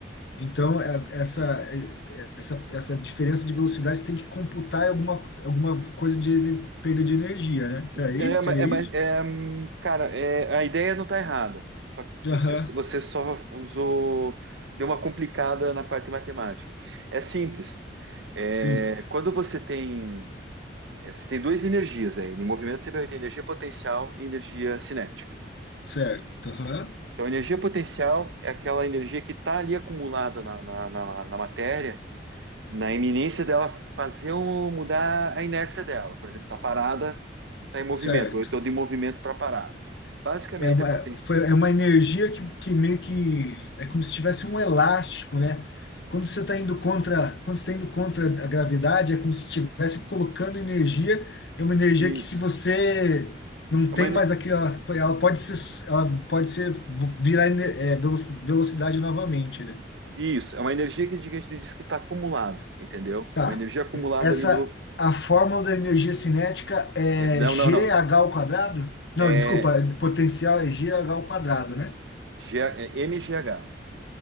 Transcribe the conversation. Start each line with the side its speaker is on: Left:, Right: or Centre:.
Left: Então, é- essa, é- essa, essa diferença de velocidade você tem que computar em alguma, alguma coisa de perda de energia, né? Será isso?
Right: É, ma-
Left: Seria
Right: é,
Left: isso?
Right: mas, é, hum, cara, é, a ideia não tá errada. Só que você,
Left: Aham,
Right: você só usou, deu uma complicada na parte matemática. É simples. É,
Left: Sim.
Right: quando você tem, é, você tem duas energias aí. Em movimento você vai ter energia potencial e energia cinética.
Left: Certo, aham,
Right: Então, a energia potencial é aquela energia que está ali acumulada na, na, na, na matéria, na iminência dela fazer um, mudar a inércia dela. Por exemplo, está parada Está em movimento,
Left: certo.
Right: ou então de movimento para parado. Basicamente,
Left: É uma,
Right: é potência.
Left: foi, é uma energia que, que meio que é como se tivesse um elástico, né? Quando você está indo contra, quando você tá indo contra a gravidade, é como se estivesse colocando energia. É uma energia
Right: Isso.
Left: que se você não
Right: É
Left: tem
Right: uma, ener-
Left: mais aquela, ela pode ser, ela pode ser virar ener- é, velo- velocidade novamente, né?
Right: isso, é uma energia que a gente diz que está acumulado, entendeu?
Left: Tá.
Right: É uma energia acumulada
Left: Essa,
Right: ali do.
Left: a fórmula da energia cinética é
Right: é, não,
Left: g
Right: não, não.
Left: h ao quadrado? Não,
Right: É,
Left: desculpa, é- potencial é g h ao quadrado, né?
Right: G, é MGH.